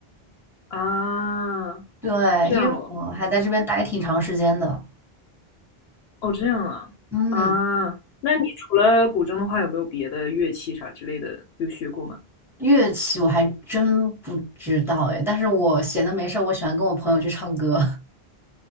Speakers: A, on the left (about 80°); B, in the centre.
A: 啊？
B: 对，
A: 这样哦，
B: 因为我还在这边待挺长时间的。
A: 哦，这样啊，
B: 嗯，
A: 啊，那你除了古筝的话，有没有别的乐器啥之类的有学过吗？
B: 乐器我还真不知道哎，但是我闲的没事儿，我喜欢跟我朋友去唱歌。